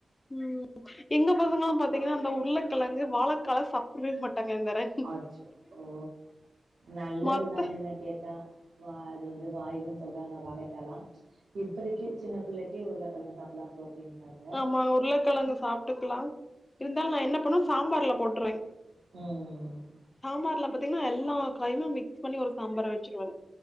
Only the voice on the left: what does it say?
ம் எங்க பசங்கல்லா பாத்தீங்கனா அந்த உருளக்கிழங்கு வாழக்காலா சாப்புடவே மாட்டாங்க இந்தர
மத்த
ஆமா உருளகெழங்கு சாப்டுக்கலா இந்தாலு நா என்ன பண்ணுவ சாம்பார்ல போட்ருவே
சாம்பார்ல பாத்தீங்கன்னா எல்லா காயுமே மிக்ஸ் பண்ணி ஒரு சாம்பாரா வெச்சுருவங்க